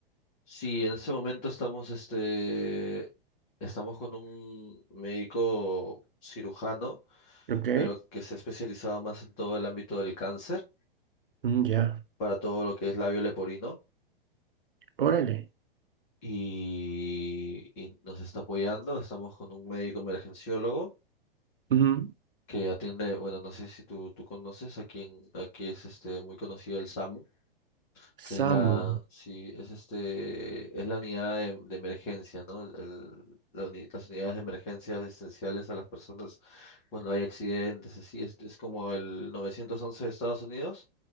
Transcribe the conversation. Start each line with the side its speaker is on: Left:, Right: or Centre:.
Left: Sí, en ese momento estamos, este, estamos con un médico cirujano,
Right: Ok,
Left: pero que se ha especializado más en todo el ámbito del cáncer,
Right: Mm, ya,
Left: para todo lo que es labio leporino,
Right: Órale.
Left: y, y nos está apoyando. Estamos con un médico emergenciólogo
Right: Ujú.
Left: que atiende, bueno, no sé si tú, tú conoces, aquí, en, aquí es este, muy conocido el SAMU. que
Right: Samu.
Left: es la, sí, es este, es la unidad de, de emergencia, ¿no? El- el- la uni- las unidades de emergencia asistenciales a las personas cuando hay accidentes, así, es, es como el 911 de Estados Unidos,